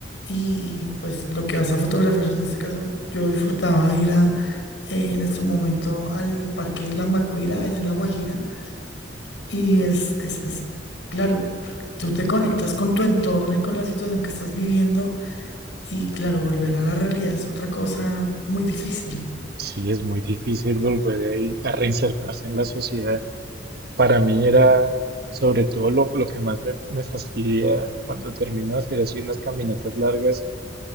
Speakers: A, on the left; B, on the right.
A: y, y, pues lo que vas a fotografiar, en este caso, yo disfrutaba ir a, eh, en este momento al Parque de la Macuira, allá en La Guajira, y es, es, es, claro, tú te conectas con tu entorno y con la situación que estás viviendo y claro, volver a la realidad es otra cosa muy difícil.
B: Sí, es muy difícil volver ahí a reinsertarse en la sociedad. Para mí era sobre todo lo, lo que más me, me fastidia cuando termino de hacer así unas caminatas largas